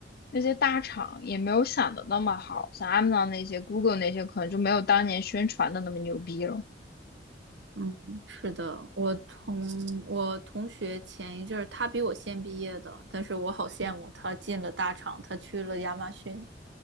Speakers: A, on the left (about 55°); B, on the right (about 75°).
A: 那些大厂也没有想的那么好，像 Amazon 那些、Google 那些可能就没有当年宣传的那么牛逼了。
B: 嗯，是的，我同我同学前一阵儿，他比我先毕业的，但是我好羡慕他进了大厂，
A: 嗯，
B: 他去了亚马逊，